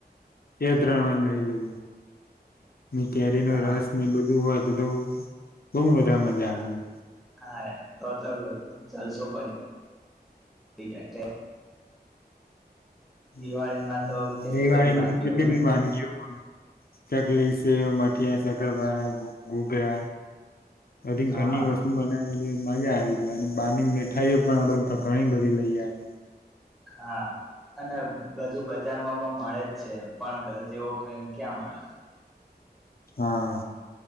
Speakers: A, on the left (about 65°); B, in the centre.
A: બે ત્રણ વાર લઈ લઈએ ને કેરીનો
B: હા
A: રસને બધું હોત જતો હોવ બહુ બધારે મજા
B: હા
A: આવી જાય
B: હા તો ત અવ જલસો પડી ડી જાય
A: હમ
B: દિવાળીમાં તો કેટલી
A: દિવાળીમાં
B: બધી વાનગીઓ
A: તો કેટલી
B: બને
A: બધી વાનગીઓ બને ચકલી, સેવ, મઠિયા, શકરપાળા, ગુ ગુઘરા અધીગ
B: હા
A: ઘરની વસ્તુ બને આવે મજા આવી જાય અને બહારની મીઠાઈઓ પણ આ બાજુ ઘ ઘણી બધી લઈ આવી.
B: હા અને બધું બજારમાં પણ મળે જ છે પણ ઘર જેવો પ્રેમ ક્યાં મળે.
A: હા